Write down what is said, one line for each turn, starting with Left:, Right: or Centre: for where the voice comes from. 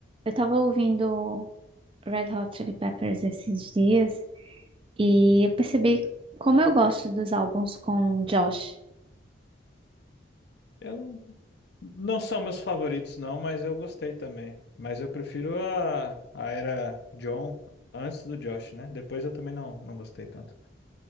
Right: Eu tava ouvindo Red Hot Chili Peppers esses dias e eu percebi como eu gosto dos álbuns com Josh.
Left: Eu não, não são meus favoritos, não, mas eu gostei também. Mas eu prefiro a, a era John antes do Josh, né? Depois eu também não, não gostei tanto.